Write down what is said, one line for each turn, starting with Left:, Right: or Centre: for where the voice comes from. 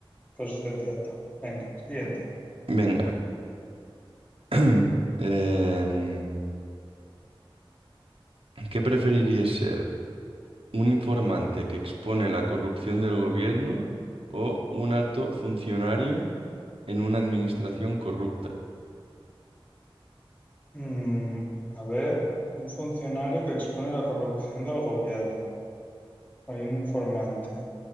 Left: Pues te entiendo. Venga, siguiente.
Right: Venga. <clears throat> Em, ¿qué preferirías ser? ¿Un informante que expone la corrupción del gobierno o un alto funcionario? en una administración corrupta?
Left: Mm, a ver, un funcionario que expone la corrupción del gobierno. Hay un informante.